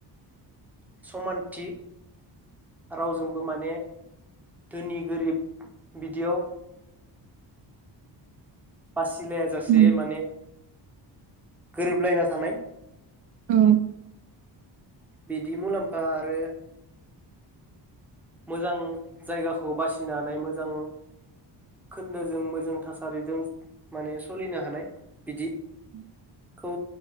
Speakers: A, in the centre; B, on the right (about 65°).
A: समानथि रावजोंबो माने धोनि गोरिब बिदियाव बासि सिलाय जासे
B: उम
A: माने गोरोबलायना थानाय
B: औ
A: बिदि मुलाम्फा आरो मोजां जायगाखौ बासिनो हानाय मोजां खोन्दोजों मोजां थासारिजों माने सोलिनो हानाय बिदि
B: उम
A: खौ